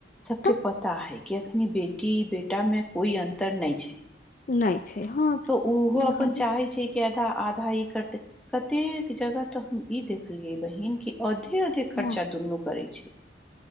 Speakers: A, in the centre; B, on the left.
A: सबके
B: तऽ
A: पता हैय कि अखनी बेटी बेटा मे कोइ अन्तर नहि छै
B: नहि छै हँ
A: तऽ ओहो
B: यहाँ
A: अपन
B: नहि
A: चाहै छै कि आधा आधा ई करतै कतेक जगह तऽ हम ई देखलियै बहिन कि अधे अधे खर्चा
B: हँ
A: दुनू करै छै